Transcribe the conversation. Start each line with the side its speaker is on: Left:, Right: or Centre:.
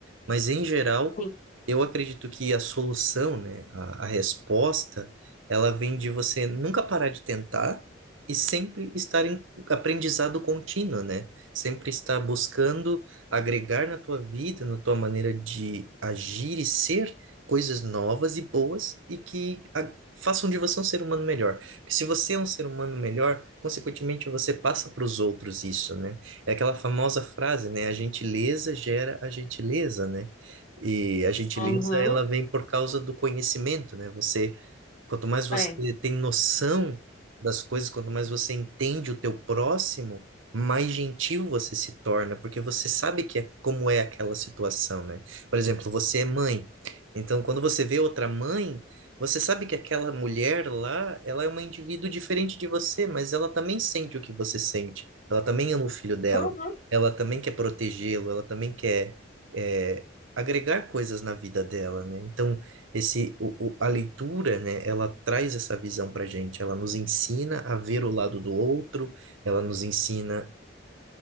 Right: Mas, em geral,
Left: Sim.
Right: eu acredito que a solução, né, a, a resposta, ela vem de você nunca parar de tentar e sempre estar em aprendizado contínuo, né? Sempre estar buscando agregar na tua vida, na tua maneira de agir e ser coisas novas e boas e que a- façam de você um ser humano melhor. Porque se você é um ser humano melhor, consequentemente você passa para os outros isso, né? É aquela famosa frase, né? A gentileza gera a gentileza, né? E a gentileza,
Left: Uhum,
Right: ela vem por causa do conhecimento, né? Você, quanto mais você
Left: é.
Right: tem noção das coisas, quanto mais você entende o teu próximo, mais gentil você se torna, porque você sabe que é, como é aquela situação, né? Por exemplo, você é mãe. Então, quando você vê outra mãe, você sabe que aquela mulher lá, ela é uma indivíduo diferente de você, mas ela também sente o que você sente. Ela também ama o filho dela.
Left: Uhum,
Right: Ela também quer protegê-lo. Ela também quer é, agregar coisas na vida dela, né? Então, esse, o, o- a leitura, né? Ela traz essa visão pra gente. Ela nos ensina a ver o lado do outro. Ela nos ensina